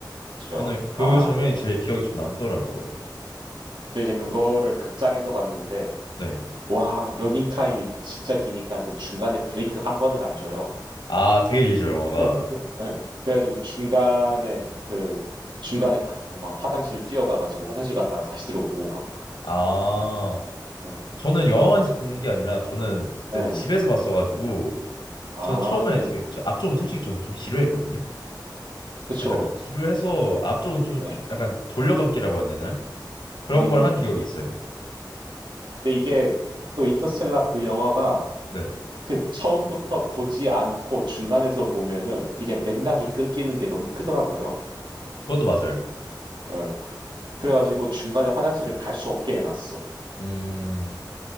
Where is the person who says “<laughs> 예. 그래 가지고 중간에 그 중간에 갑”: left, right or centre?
Right